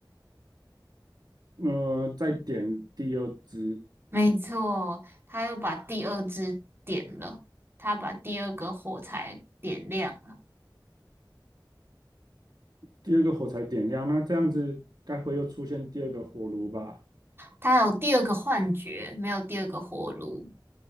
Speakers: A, on the right; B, on the right.
A: 嗯，再点第二支，
B: 没错，他又把第二支点了，他把第二个火柴点亮了。
A: 第二个火柴点亮，那这样子该不会又出现第二个火炉吧？
B: 他有第二个幻觉，没有第二个火炉，